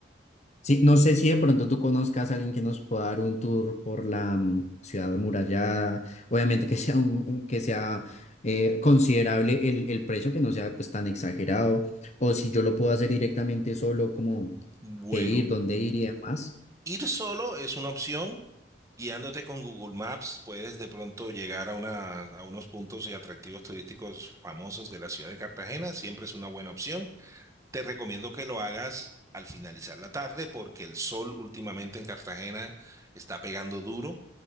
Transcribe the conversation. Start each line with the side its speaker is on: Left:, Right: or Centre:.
Left: Sí, no sé si de pronto tú conozcas a alguien que nos pueda dar un tour por la mm, ciudad amurallada. Obviamente que sea un, un- que sea eh, considerable el, el precio, que no sea pues tan exagerado. O si yo lo puedo hacer directamente solo, como
Right: Bueno,
Left: qué ir, dónde ir y demás.
Right: ir solo es una opción. Guiándote con Google Maps, puedes de pronto llegar a, una, a unos puntos y atractivos turísticos famosos de la ciudad de Cartagena. Siempre es una buena opción. Te recomiendo que lo hagas al finalizar la tarde porque el sol últimamente en Cartagena está pegando duro.